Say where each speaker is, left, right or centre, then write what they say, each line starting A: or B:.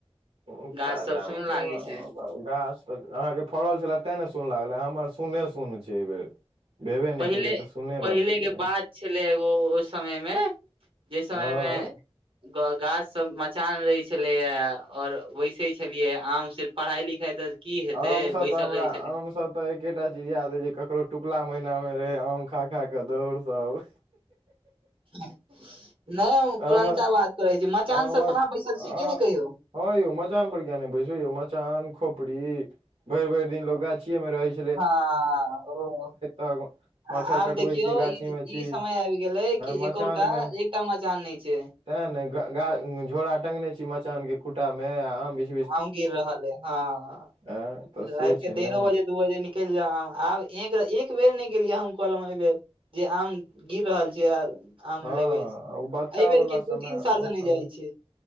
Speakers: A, on the right; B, on the right.
A: उ
B: गाछ
A: ताजा
B: सब सुन
A: मे तऽ
B: लागे
A: ओ
B: छै
A: आम गाछ तऽ अहाँ केँ फड़ल छलै तैं ने सुन लागलै एम्हर सुने सुन छै एहि बेेर भेबे नहि
B: पहिले
A: केलै तऽ सुने
B: पहिले
A: रहतै कि
B: केँ
A: नहि
B: बात छलै एगो ओ समय मे जे समय
A: हँ
B: मे ग गाछ सब मचान रहे छलेया आ और वैसे छलियै आम सिर्फ पढ़ाइ लिखाइ तऽ की हेतै
A: आमसँ
B: बैसल
A: तऽ
B: रहै छथिन
A: आमसँ हमरा एकेटा चीज याद हे जे ककरो टुकला महिना मे रहे आम खा खा केँ दौड़ सब
B: <unintelligible> नै ओ पुरनका
A: आमक
B: बात करै छी। मचान
A: आमक
B: सब पर अहाँ सब बैसल छी
A: अ
B: की नै कहियौ
A: हँ यौ मचान पर किया नै बैस यौ मचान खोपरी भैर भैर दिन लोग गाछिये में रहे छै
B: हँ ओ <inaudible>
A: तक मच्छर
B: आ आब
A: कटबै
B: देखियौ
A: छी गाछी
B: ई
A: मे छी
B: समय आइब गेले कि
A: मचान
B: एकोटा
A: मे
B: एकटा मचान नै छै।
A: तें नै ग झोराा टंगने छी मचान केँ खुटा में आ आम बिछेछी
B: आम गिर रहल है हँ
A: एं
B: <inaudible>
A: तऽ से
B: रात केँ
A: छै
B: डेरो
A: ने
B: बजे दू बजे निकले निकैल जाउ आब एक एक बेर नै गेलियै कहलों कहनो आइबेर जे आम गिर रहल छै आर आम
A: हँ
B: लेबै एहिबेर
A: ओ बच्चा वाला
B: की दू
A: समय
B: तीन साल
A: ओ
B: से
A: समय
B: नहि जाइ छीयै।